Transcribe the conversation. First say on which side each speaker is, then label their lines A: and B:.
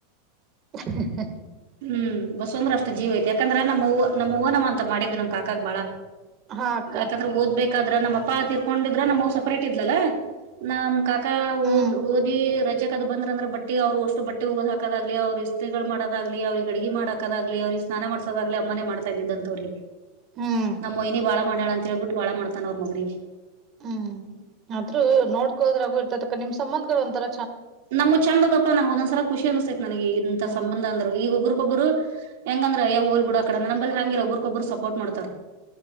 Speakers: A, on the right; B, on the right.
A: <inaudible>
B: ಹ್ಮ ಬಸವಂದ್ರ ಅಷ್ಟ ಜೀವ ಐತಿ ಯಾಕಂದ್ರ ನಮ್ಮವ ನಮ್ಮ ವ ನಮ್ಮ ಅಂತ ಮಾಡಿದ್ದ ನಮ್ಮ ಕಾಕಾಗ ಬಾಳ
A: ಹಾ ಅಕ್ಕ
B: ಯಾಕಂದ್ರ ಓದ್ಬೇಕ. ಯಾಕಂದ್ರ ನಮ್ಮ ಅಪ್ಪಾ ತೀರ್ಕೊಂಡಿದ್ರ ನಮ್ಮವ ಸಪರೇಟ್ ಇದ್ರ ನ್ ಕಾ ಅಾಾಓದ್
A: ಹ್ಮ್
B: ಓದಿ ರಜೆಕ್ ಅದು ಬಂದ್ರ ಅಂದ್ರ ಬಟ್ಟಿ ಅವ್ರು ಅಷ್ಟು ಬಟ್ಟಿ ಹೋಗೋ್ ಹಾಕ ಹಕದ್ಲಿ ಅವ್ರ ಇತ್ಗಳು ಮಾಡದಾಗ್ಲಿ ಅವ್ರಿಗೆ ಅಡಡಿಗೆ ಮಾಡಕದಾಗ್ಲಿ ಅವ್ರಿಗೆ ಸ್ನಾನ ಮಾಡಸದಾಗ್ಲಿ ಅಮ್ಮಾನೇ ಮಾಡ್ತಾ ಇದಿದ್ ಅಂತವ್ರಿ
A: ಹ್ಮ್
B: ನಮ್ಮ ಮಯನಿ ಬಾಳ ಮಾಡಾಳ ಅಂತ ಹೇಳ್ಬಿಟ್ಟು ಬಾಳ ಮಾಡ್ತಾನ ಅವ್ರ ಮಗನಿಗೆ
A: ಹ್ಮ್ ಆದ್ರೂ ನೋಡ್ಕೋದ್ರಾಗೂ ಇರ್ತತಕ್ಕ ನಿಮ್ ಸಂಬಂಧಗಳು ಒಂಂತರ
B: ನಮಗ ಚಂದದಪ್ಪ ನಂಗ ಒಂದಸ ಖುಷಿ ಅನ್ ನನಗೆ ಇಂತ
A: ಹ್ಮ್
B: ಸಂಬಂಧ ಅಂದ್ರರು ಈಗ ಒಬ್ಬ್ರಗೊಬ್ಬರು ಹೆಂಗಂದ್ರ ಯ ಹೋಲ್ ಬಿಡ ಅಡ ನಂಬಲ್ಲಿ ಹಂಗಿಲ್ಲ ಒಬ್ರಗೊಬ್ರು ಸಪರ್ಟ್ ಮಾಡ್ತಾರೆ